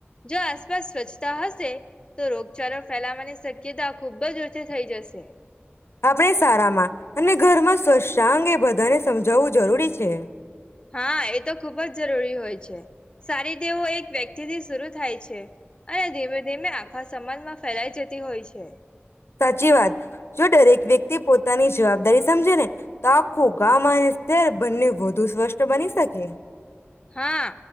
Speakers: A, on the left (about 20°); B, on the left (about 75°).
A: જોસ સ્વચ્છતા હશે તો રોગચાળો ફેલાવાની શક્યતા ખુબ જ થઈ જશે
B: આપણે સારામાં અને ઘરમાં સ્વચ્છતા અંગે બધાને સમજાવવું જરૂરી છે
A: હા એ તો ખુબ જ જરૂરી હોય છે સારી દેવો એક વ્યક્તિથી શરુ થાય છે અને ધીમે ધીમે આખા સમાજમાં ફેલાઈ જતી હોય છે
B: સાચી વાત જો દરેક વ્યક્તિ પોતાની જવાબદારી સમજે ને તો આખું ગામ અને શહેર બંને વધુ સ્વષ બની શકે
A: હા